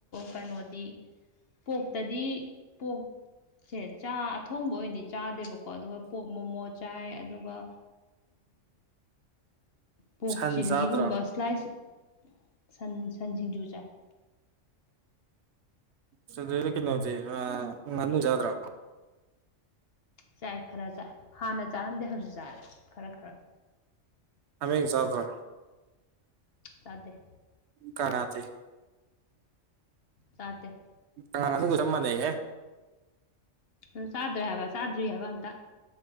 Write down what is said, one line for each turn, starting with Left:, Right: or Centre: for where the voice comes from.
Left: ꯀꯩꯅꯣꯗꯤ ꯄꯣꯛꯇꯗꯤ ꯄꯣꯛꯁꯦ ꯆꯥ ꯑꯊꯣꯡꯕ ꯑꯣꯏꯅꯗꯤ ꯆꯥꯗꯦꯕꯀꯣ ꯀꯣ ꯑꯗꯨꯒ ꯄꯣꯛ ꯃꯣꯃꯣ ꯆꯥꯏ ꯑꯗꯨꯒ ꯄꯣꯛ
Right: ꯁꯟ
Left: ꯆꯤꯂꯤꯒꯨꯝꯕ
Right: ꯆꯥꯗ꯭ꯔꯣ
Left: ꯁꯂꯥꯏꯁ ꯁꯟ ꯁꯟ ꯁꯤꯡꯖꯨ ꯆꯥꯏ
Right: ꯁꯤꯂꯅꯗꯤ ꯑ ꯅ ꯆꯥꯗ꯭ꯔ
Left: ꯆꯥꯏ ꯈꯔ ꯆꯥꯏ ꯍꯥꯟꯅ ꯆꯥꯔꯝꯗꯦ ꯍꯧꯖꯤꯛ ꯆꯥꯔꯦ ꯈꯔ ꯈꯔ
Right: ꯍꯃꯤ ꯆꯥꯇ꯭ꯔꯥ
Left: ꯆꯗꯦ
Right: ꯀꯅꯥꯗꯤ
Left: ꯆꯥꯇꯦ
Right: ꯑꯥ ꯑꯗꯨꯒ ꯆꯞ ꯃꯥꯟꯅꯩꯍꯦ
Left: ꯎꯝ ꯆꯥꯗ꯭ꯔꯣꯏ ꯍꯥꯏꯕ ꯆꯥꯗ꯭ꯔꯤ ꯍꯥꯏꯕ ꯑꯝꯇ